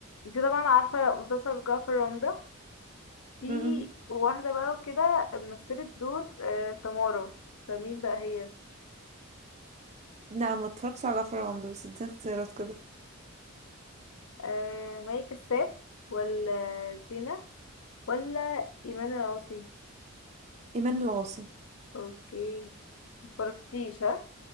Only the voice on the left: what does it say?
انت طبعا عارفة مسلسل جعفر العمدة في
واحدة بقى وكده مثلت دور آه، تمارا فمين بقى هي
آه، مي كساب ولا زينة ولا إيمان العاصي
اوكي مفرقتيش ها